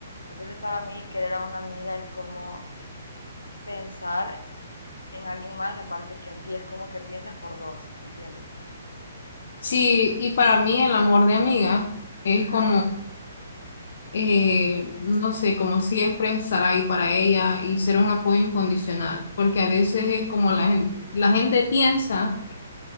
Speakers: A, on the left; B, on the left.
A: Entonces para mí querer a una amiga es como pensar en alguien más aparte que en ti, es como que piensas por dos, ¿me entiendes?
B: Sí, y para mí el amor de amiga es
A: Ajá.
B: como eh, no sé, como siempre, estar ahí para ella y ser un apoyo incondicional, porque a veces es como la gente, la gente piensa